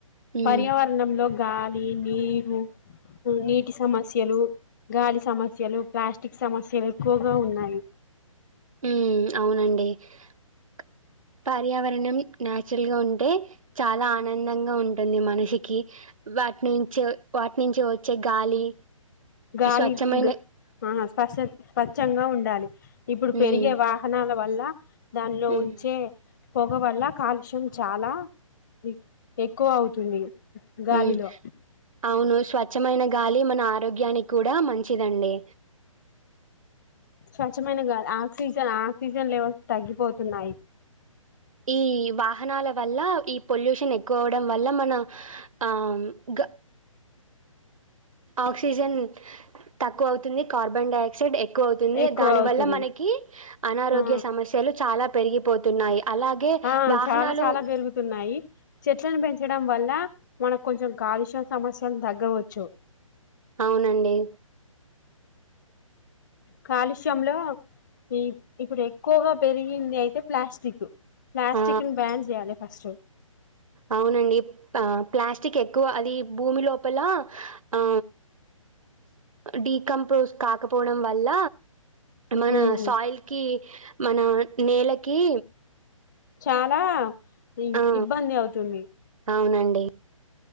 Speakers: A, on the right; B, on the left.
A: హ్మ్
B: పర్యావరణం లో గాలి నీరు నీటి సమస్యలు గాలి సమస్యలు ప్లాస్టిక్ సమస్యలు ఎక్కువగా ఉన్నాయి.
A: ఊ అవునండి కా పర్యావరణం నాచురల్ గా ఉంటే చాలా ఆనందంగా ఉంటుంది మనిషికి వాటి నుంచి వాటి నుంచి వచ్చే గాలి
B: గాలి
A: స్వచ్ఛమైన
B: ఆ <unintelligible> స్వచ్చ్చంగా ఉండాలి ఇప్పుడు
A: హ్మ్
B: పెరిగే వాహనాల వల్ల లా దానిలో
A: హ్మ్
B: ఉంచే పొగ వల్ల కాలుష్యం చాలా ఎక్ ఎక్కువ అవుతుంది. గాలిలో
A: ఉ అవును స్వాత్ స్వచ్చమైన గాలి మన ఆరోగ్యానికి కూడా మంచిదండి.
B: స్వచ్ఛమైన గాల ఆక్సిజన్ ఆక్సిజన్ లెవెల్స్ తగ్గిపోతున్నాయి.
A: ఈ వాహనాల వల్ల ఈ పొల్యూషన్ ఎక్కువ అవ్వడం వల్ల మన ఆ గ ఆక్సిజన్ తక్కువ అవుతుంది కార్బన్ డై ఆక్సైడ్ ఎక్ ఎక్కువ అవుతుంది
B: ఎక్కువ
A: దాని
B: అవుతుంది
A: వల్ల మనకి అనారోగ్య
B: ఆ
A: సమస్యలు చాలా పెరిగిపోతున్నాయి అలాగే
B: ఆ
A: వాహనాలు
B: చాలా చాలా పెరుగుతున్నాయి చెట్లను పెంచడం వల్ల మనకు కొంచెం గాలుష్యం సమస్యలు తగ్గవచ్చు.
A: అవునండి
B: కాలుష్యంలో ఈ ఇప్పుడు ఎక్కువగా పెరిగింది అయితే ప్లాస్టికు ప్లాస్టిక్
A: ఆ
B: ని బ్యాన్ చేయాలే ఫస్టు
A: అవునండి ఆ ప్లాస్టిక్ ఎక్కువ అది భూమి లోపల ఆ డీకంపోజ్ కాకపోవడం వల్ల మన
B: ఉమ్
A: సాయిల్ కి మన నేలకి
B: చాలా ఇ
A: ఆ
B: ఇబ్బంది అవుతుంది
A: అవునండి